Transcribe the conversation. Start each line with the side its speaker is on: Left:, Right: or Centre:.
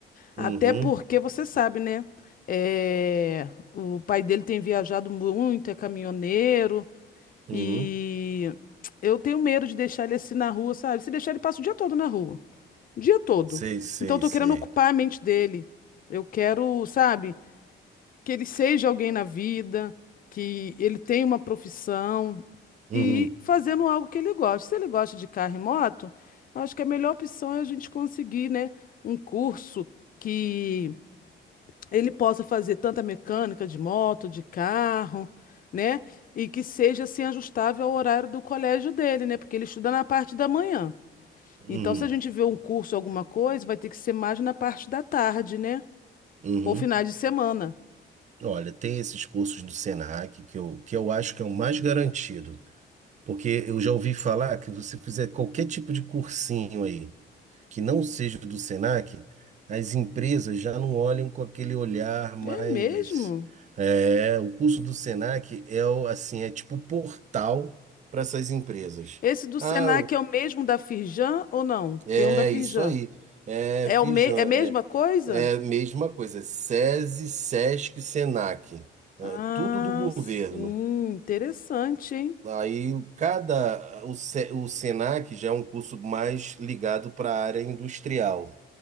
Left: Até
Right: Uhum,
Left: porque você sabe, né? É, o pai dele tem viajado muito, é caminhoneiro
Right: uhum.
Left: e eu tenho medo de deixar ele assim na rua, sabe? Se deixar ele passa o dia todo na rua, o dia todo.
Right: Sei, sei,
Left: Então eu tô
Right: sei.
Left: querendo ocupar a mente dele. Eu quero, sabe? que ele seja alguém na vida, que ele tenha uma profissão
Right: Uhum,
Left: e fazendo algo que ele gosta. Se ele gosta de carro e moto, eu acho que a melhor opção é a gente conseguir, né, um curso que ele possa fazer tanta mecânica de moto, de carro, né, e que seja assim ajustável ao horário do colégio dele, né, porque ele estuda na parte da manhã.
Right: uhum,
Left: Então, se a gente vê um curso, alguma coisa, vai ter que ser mais na parte da tarde, né?
Right: uhum.
Left: Ou finais de semana.
Right: Olha, tem esses cursos do Senac que eu, que eu acho que é o mais garantido, porque eu já ouvi falar que você fizer qualquer tipo de cursinho aí, que não seja do Senac, as empresas já não olham com aquele olhar mais.
Left: É mesmo?
Right: É, o curso do Senac é o- assim, é tipo um portal para essas empresas.
Left: Esse do
Right: Ah,
Left: Senac é o mesmo da Firjan ou não?
Right: é
Left: Tem um da Firjan.
Right: isso aí. É
Left: É
Right: Fijan,
Left: o me... é a mesma
Right: é,
Left: coisa?
Right: é mesma coisa. SESI, SESC, SENAC, é,
Left: Ah,
Right: tudo do governo.
Left: sim, interessante, hein?
Right: Aí cada o, Se- o SENAC já é um curso mais ligado para a área industrial.